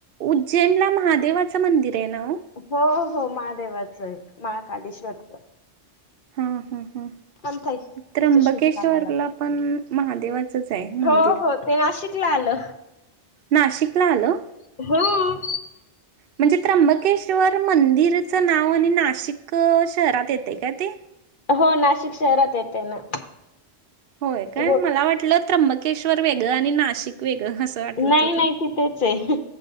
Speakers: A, on the right; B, on the left.
A: उज्जैनला महादेवाचं मंदिर आहे ना ओ?
B: हो हो महादेवाचं आहे महाकालेश्वरच
A: हम्म हम्म
B: ताई
A: त्र्यंबकेश्वरला
B: तिचं शूट काढावं लागेल
A: पण महादेवाचच आहे मंदिर.
B: हो हो ते नाशिकला आलं.
A: नाशिकला आलं?
B: हम्म
A: म्हणजे त्र्यंबकेश्वर मंदिरचं नाव आणि नाशिक शहरात येतंय काय ते?
B: हो नाशिक शहरात येते ना.
A: होय काय
B: गो
A: मला वाटलं त्र्यंबकेश्वर वेगळं आणि नाशिक वेगळं असं. वाटलं
B: नाही
A: होत
B: नाही तिथेच आहे.